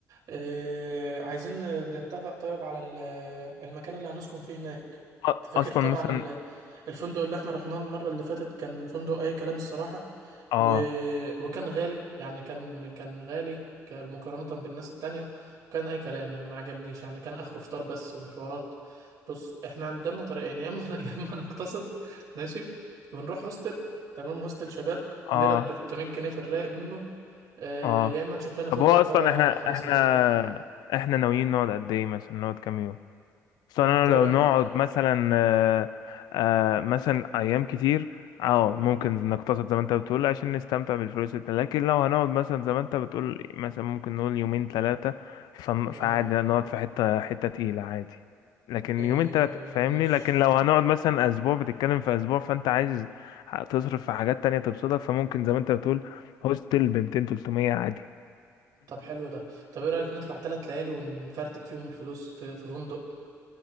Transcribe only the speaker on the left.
أ-
اصلا
مثلا
اه
اه
اه
طب هو
اصلا احنا
احنا
احنا ناويين نقعد قد ايه مثلا نقعد كام يوم اصل
انا
لو
نقعد مثلا آه، آه، مثلا ايام كتير اه ممكن نقتصد زي ما انت بتقول عشان نستمتع بالفلوس الت- لكن لو هنقعد مثلا زي ما انت بتقول مثلا ممكن نقول يومين ثلاثة
فعادي نقعد في حتة حتة تقيلة عادي لكن
يومين ثلاثة فاهمني
لكن لو هنقعد مثلا اسبوع بتتكلم في اسبوع فانت عايز تصرف في حاجات تانية تبسطك فممكن زي ما انت بتقول هوستل ب 200 300 عادي